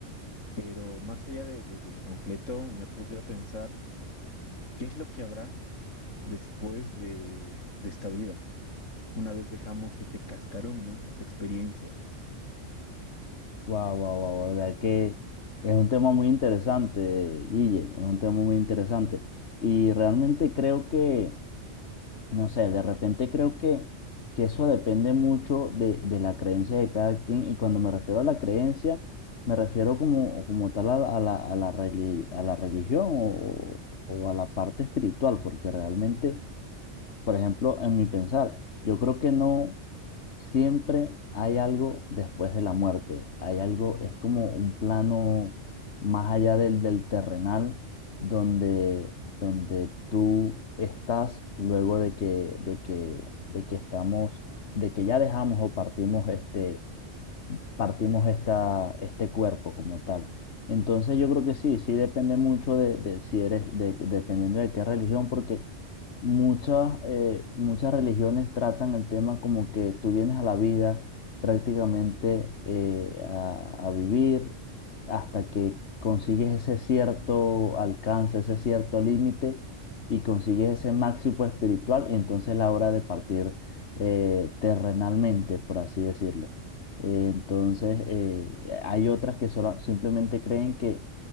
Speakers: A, on the left; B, on the left.
A: Pero más allá de- de- del panfleto, me puse a pensar qué es lo que habrá después de, de esta vida, una vez dejamos este cascarón, ¿no? Esta experiencia.
B: Wow, wow, wow, verdad que es un tema muy interesante, Guille, es un tema muy interesante. Y realmente creo que, no sé, de repente creo que, que eso depende mucho de, de la creencia de cada quien. Y cuando me refiero a la creencia, me refiero como, como tal a, la, a la, a la reli- a la religión o, o a la parte espiritual, porque realmente por ejemplo, en mi pensar, yo creo que no siempre hay algo después de la muerte, hay algo, es como un plano más allá del, del terrenal, donde, donde tú estás luego de que, de que, de que estamos, de que ya dejamos o partimos este partimos esta, este cuerpo como tal. Entonces yo creo que sí, sí depende mucho de, de si eres, de, dependiendo de qué religión, porque muchas, eh, muchas religiones tratan el tema como que tú vienes a la vida prácticamente eh, a, a vivir hasta que consigues ese cierto alcance, ese cierto límite y consigues ese máximo espiritual y entonces es la hora de partir eh, terrenalmente, por así decirlo. Eh, entonces, eh, eh, hay otras que solo simplemente creen que,